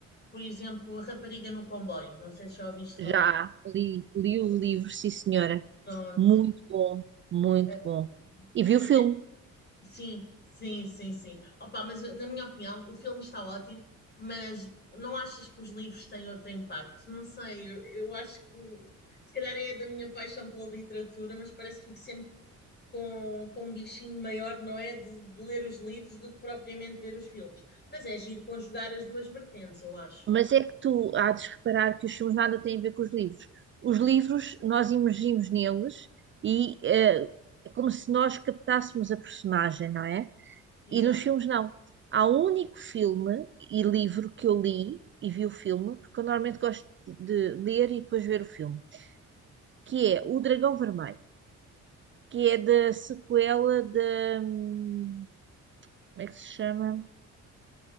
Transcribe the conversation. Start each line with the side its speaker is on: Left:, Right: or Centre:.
Left: Por exemplo, A Rapariga no Comboio. Não sei se já ouviste falar.
Right: Já li, li o livro, sim, senhora.
Left: Pronto.
Right: Muito bom, muito
Left: Eh,
Right: bom. E vi
Left: eu
Right: o
Left: até
Right: filme.
Left: Sim, sim, sim, sim. Opa, mas na minha opinião, o filme está ótimo, mas não achas que os livros têm outro impacto? Não sei, eu, eu acho que se calhar é da minha paixão pela literatura, mas parece que fico sempre com, com um bichinho maior, não é? De, de ler os livros do que propriamente ver os filmes. Mas é giro conjugar as duas vertentes, eu acho.
Right: Mas é que tu há de reparar que os filmes nada têm a ver com os livros. Os livros, nós imergimos neles e eh, é como se nós captássemos a personagem, não é?
Left: Exato.
Right: E nos filmes não. Há um único filme e livro que eu li e vi o filme, porque eu normalmente gosto de ler e depois ver o filme, que é O Dragão Vermelho, que é da sequela da. hum, como é que se chama?